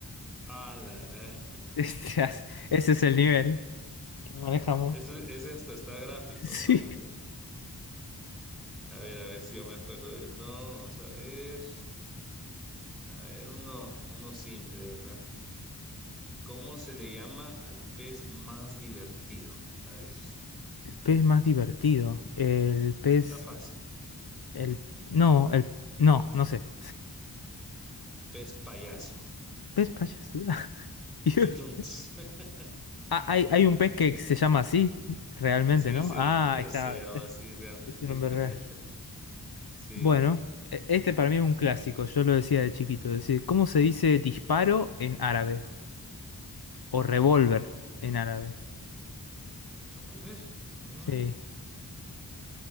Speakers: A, in the centre; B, on the left.
A: Ah, la gran.
B: Estás- Ese es el nivel que manejamos.
A: Ese,
B: <laughs>
A: ese hasta está gráfico,
B: Sí.
A: no, hombre. A ver, a ver si yo me acuerdo de uno. Vamos a ver. A ver, uno, uno simple, ¿verdad? ¿Cómo se le llama al pez más divertido? A ver,
B: El pez más divertido. El pez.
A: está fácil.
B: El. No, el. No, no sé.
A: Pez payaso.
B: Pez payaso. <laughs>
A: Tutun, ts. <laughs>
B: Ah, hay, hay un pez
A: Sí,
B: que se llama así, realmente,
A: sí,
B: ¿no?
A: se,
B: Ah, ahí está.
A: se llama
B: <laughs>
A: así realmente.
B: Es un nombre real.
A: <laughs> Sí.
B: Bueno, e- este para mí es un clásico, yo lo decía de chiquito. Es decir, ¿cómo se dice disparo en árabe? O revólver
A: Oh.
B: en árabe.
A: ¿Revólver? Mm.
B: Sí.